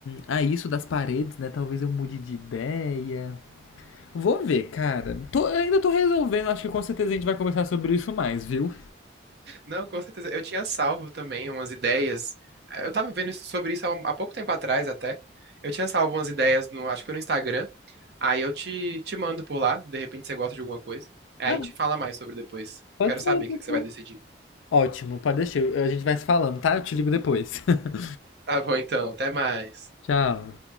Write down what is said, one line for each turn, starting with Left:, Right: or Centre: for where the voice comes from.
Left: a isso das paredes, né, talvez eu mude de ideia. Vou ver, cara. Tô- ainda tô resolvendo, acho que com certeza a gente vai conversar sobre isso mais, viu?
Right: Não, com certeza. Eu tinha salvo também umas ideias. Eu tava vendo isso- sobre isso há, um- há pouco tempo atrás até. Eu tinha salvo umas ideias no, acho que foi no Instagram. Aí eu te, te mando por lá, de repente você gosta de alguma coisa. Aí
Left: Ah,
Right: a gente fala mais sobre depois.
Left: Pode
Right: Quero
Left: ser.
Right: saber
Left: pode
Right: o que que
Left: ser.
Right: você vai decidir.
Left: Ótimo, pode deixar, a gente vai se falando, tá? Eu te ligo depois. <laughs>
Right: Tá bom, então. Até mais.
Left: Tchau.